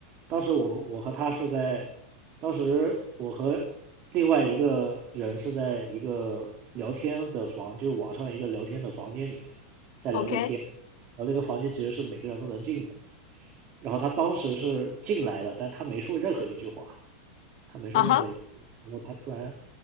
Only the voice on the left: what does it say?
？OK，
啊哈，